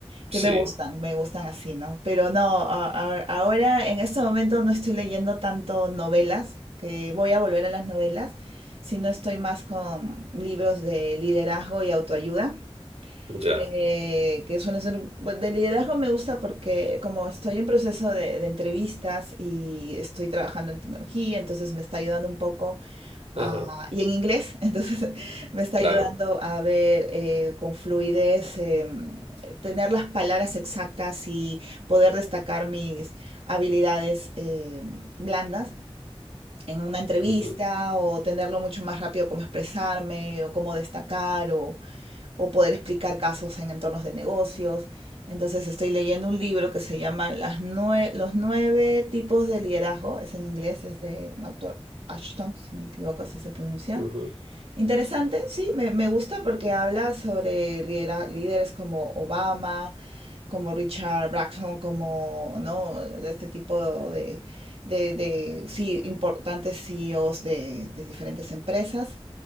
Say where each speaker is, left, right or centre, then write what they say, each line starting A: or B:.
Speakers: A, on the right; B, on the right.
A: que
B: Sí,
A: me gustan, me gustan así, ¿no? Pero no, a- a- ahora en este momento no estoy leyendo tanto novelas, que voy a volver a las novelas, sino estoy más con libros de liderazgo y autoayuda,
B: ya.
A: eh, que suelen ser, bueno, de liderazgo me gusta porque como estoy en proceso de, de entrevistas y estoy trabajando en tecnología, entonces me está ayudando un poco
B: Ajá.
A: Ah, y en inglés, <laughs> entonces me está
B: Claro.
A: ayudando a ver eh, con fluidez, em, tener las palabras exactas y poder destacar mis habilidades em, blandas en una entrevista
B: Ujú,
A: o tenerlo mucho más rápido cómo expresarme o cómo destacar o, o poder explicar casos en entornos de negocios. Entonces estoy leyendo un libro que se llama Las nue- Los nueve tipos de liderazgo, es en inglés, es de un autor, Ashton, si no me equivoco, así se pronuncia.
B: ujú.
A: Interesante, sí, me, me gusta porque habla sobre lidera- líderes como Obama, como Richard Branson, como, ¿no? Este tipo de, de, de, sí, importantes CEOs de, de diferentes empresas.